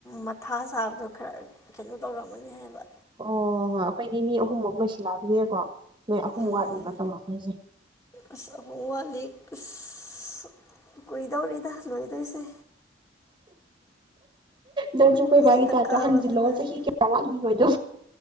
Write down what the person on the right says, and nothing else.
ꯑꯣ ꯍꯣꯏ ꯑꯩꯈꯣꯏꯗꯤ ꯃꯤ ꯑꯍꯨꯝꯃꯨꯛ ꯂꯣꯏꯁꯤꯜꯂꯛ ꯑꯕꯅꯤꯅꯀꯣ ꯅꯣꯏ ꯑꯍꯨꯝ
ꯋꯥꯠꯂꯤꯕ ꯇꯝꯃꯛꯇ‌ꯣꯏꯁꯦ
ꯅꯪꯁꯨ ꯀꯣꯏ
ꯕꯥꯒꯤ ꯇꯥꯏꯞꯇ
ꯍꯟꯖꯤꯜꯂꯣꯑꯣ
ꯆꯍꯤ ꯀꯌꯥ ꯋꯥꯠꯂꯤꯕꯣꯏꯗꯣ